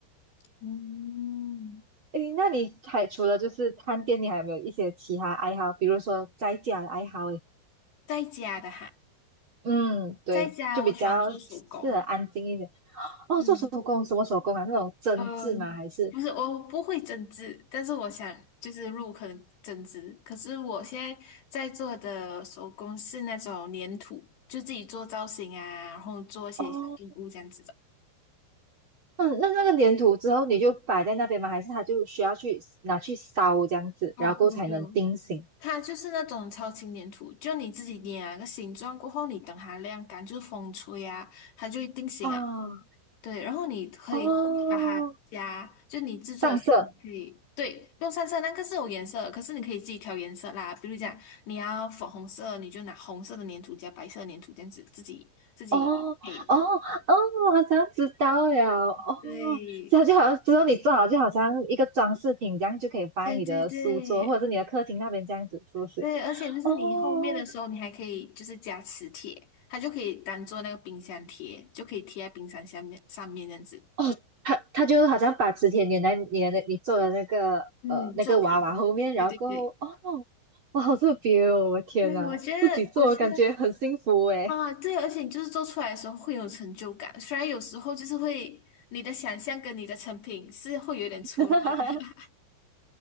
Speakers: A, on the left; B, on the right.
A: 嗯，
B: 诶，那你还除了就是探店，你还有没有一些其他爱好？比如说在家的爱好？诶，
A: 在家的哈，
B: 嗯，对，
A: 在家我喜欢做手工。
B: 就比较适合安静一点。哦，
A: 嗯
B: 做手工，什么手工啊？那种针织吗？
A: 呃，
B: 还是？
A: 不是，我不会针织，但是我想就是入坑针织。可是我现在在做的手工是那种粘土，就自己做造型啊，然后做一些小动物这样子的。
B: 哦，嗯，那那个粘土之后你就摆在那边吗？还是它就需要去拿去烧这样子，
A: 哦，
B: 然后才能定型？
A: 不用不用，它就是那种超轻粘土，就你自己捏啊个形状过后，你等它晾干，就是风吹啊，它就会定型啊。
B: 啊，
A: 对，然后你可以后面把它加，
B: 哦，
A: 就你制作的时候你可以，
B: 上色。
A: 对，不用上色，那个是有颜色的，可是你可以自己调颜色啦。比如讲你要粉红色，你就拿红色的粘土加白色的粘土这样子自己自己配。
B: 哦哦哦，我好像知道了哦，
A: 对，
B: 这样就好像之后你做好就好像一个装饰品，这样就可以放在你的书桌或者是你的客厅那边这样子，
A: 对对对
B: 是不是？
A: 对，而且就是你后面的时候，
B: 哦
A: 你还可以就是加磁铁，它就可以当做那个冰箱贴，就可以贴在冰箱下面上面这样子。
B: 哦，他他就好像把磁铁粘在你的那你做的那个呃那个娃娃后面，
A: 嗯，作品，对对对。
B: 然后过后哦，哇，好特别哦，我天呐，
A: 对，我觉得，
B: 自己做感觉很幸福诶。
A: 我觉得啊，对，而且你就是做出来的时候会有成就感，虽然有时候就是会你的想象跟你的成品是会有点出入的，
B: <laughs>
A: <laughs>